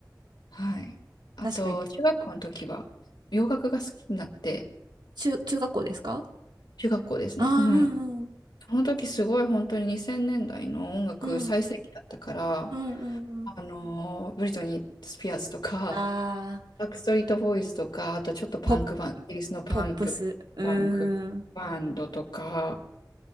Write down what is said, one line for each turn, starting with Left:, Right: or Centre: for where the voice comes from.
Left: はい。あと、
Right: 確かに。
Left: 中学校の時は洋楽が好きになって、
Right: 中、中学校ですか
Left: 中学校ですね。
Right: ああー、
Left: うん。
Right: うんうん
Left: あの時すごい本当に2000年代の音楽最盛期だったから、
Right: うん、うん、うん。うん
Left: あのーブリトニー・スピアーズとか、
Right: ああ、
Left: バックストリートボーイズとか、あとちょっとパンクバン、
Right: ポ、
Left: イギリスのパンプ、
Right: ポップス。うーん。
Left: パンクバンドとか、